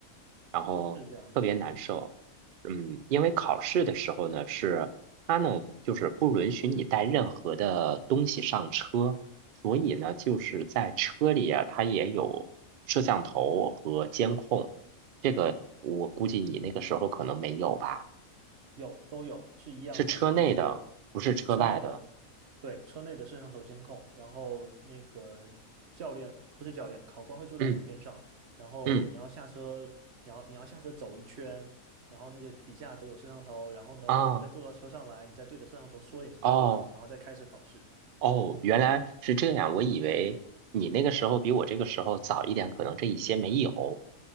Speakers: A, on the right; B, on the right.
A: 然后特别难受。
B: 是这样的。嗯，
A: 嗯，因为考试的时候呢，是他呢就是不允许你带任何的东西上车，所以呢就是在车里啊，它也有摄像头和监控。这个我估计你那个时候可能没有吧？
B: 有，都有，是一样的，
A: 是车内的，
B: 就是
A: 不是车外的。
B: 车内的，对，车内的摄像头监控，然后那个教练，不是教练，考官会坐在你边上，
A: 嗯
B: 然后你要下车，
A: 嗯
B: 你要你要下车走一圈，然后那个底下都有摄像头，然后呢，
A: 啊
B: 你要再坐到车上来，你再对着摄像头说点什么话，
A: 哦
B: 然后再开始考试，
A: 哦，原来是这样，我以为你那个时候比我这个时候早一点，可能这一些没有。